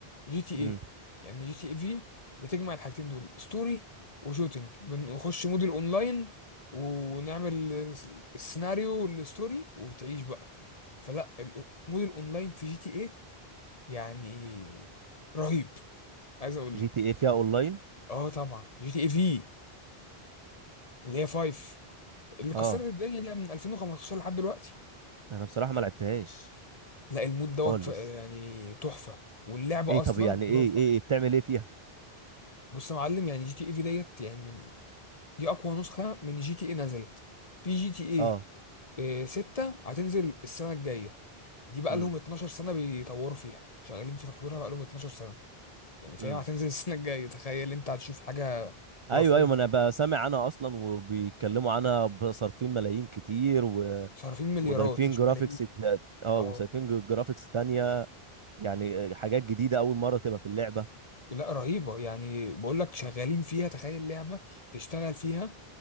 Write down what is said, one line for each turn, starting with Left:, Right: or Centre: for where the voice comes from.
Left: جي تي ايه
Right: امم
Left: يعني جي تي ايه في بتجمع الحاجتين دول ستوري وشوتينج بنخش مود الاونلاين ونعمل الس- السيناريو والستوري وتعيش بقى فلا ال- مود الاونلاين في جي تي ايه يعني رهيب عايز اقول
Right: جي
Left: لك
Right: تي اي فيها اونلاين
Left: اه طبعا جي تي ايه في اللي هي 5 اللي كسرت
Right: اه
Left: الدنيا دي من 2015 لحد دلوقتي
Right: انا بصراحة ما لعبتهاش
Left: لا المود دوت
Right: خالص
Left: ف- يعني تحفة واللعبة
Right: ايه
Left: اصلا
Right: طب يعني
Left: خرافة
Right: ايه ايه إيه؟ بتعمل ايه فيها
Left: بص يا معلم يعني جي تي ايه في ديت يعني من دي اقوى نسخه من جي تي اي نزلت في جي تي
Right: اه
Left: اي 6 هتنزل السنه الجايه دي بقى
Right: امم
Left: لهم 12 سنه بيطوروا فيها شغالين في تطويرها بقى لهم 12 سنه يعني فهي
Right: امم
Left: هتنزل السنه الجايه تخيل انت هتشوف حاجه
Right: ايوه
Left: خرافيه
Right: ايوه ما انا بسمع عنها اصلا وبيتكلموا عنها بصرفين ملايين كتير و...
Left: صارفين مليارات
Right: وضايفين
Left: مش
Right: جرافيكس
Left: ملايين
Right: كت- اه
Left: اه
Right: وصايفين ج- جرافيكس تانية يعني حاجات جديدة اول مرة تبقى في اللعبة
Left: لا رهيبه يعني بقول لك شغالين فيها تخيل لعبه تشتغل فيها